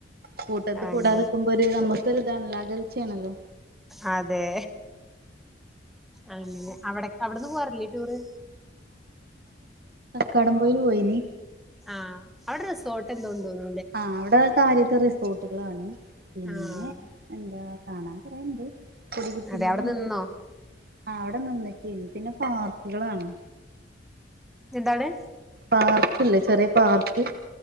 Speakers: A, on the right; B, in the centre.
A: കൂട്ടത്ത്
B: അങ്ങനെ
A: കൂടാതെക്കുമ്പോ ഒരു നമ്മുക്കൊരു ഇതാണല്ലോ അകൽച്ചയാണല്ലോ
B: ആ അതെ. അങ്ങനെ. അവിടെ അവിടെന്ന് പോവാറില്ലേ ടൂറ്.
A: കടം പോയിയില് പോയിനി.
B: ആ. അവിടെ റിസോട്ട് എന്തോ ഉണ്ടോന്ന്
A: ആ. അവിടെ കാര്യായിട്ട് റിസോർട്ടുകളാണ്. പിന്നെ
B: ആഹ്
A: എന്താ കാണാം കൊറേ ഇണ്ട് കൊടികുത്തി
B: അതെ
A: മല
B: അവിടെ
A: ഇണ്ട്.
B: നിന്നോ
A: ആ അവിടെ നിന്നക്കെയ്ന്. പിന്നെ പാർക്കുകളാണ്.
B: എന്താണ്.
A: പാർക്കില്ലേ. ചെറിയ പാർക്ക്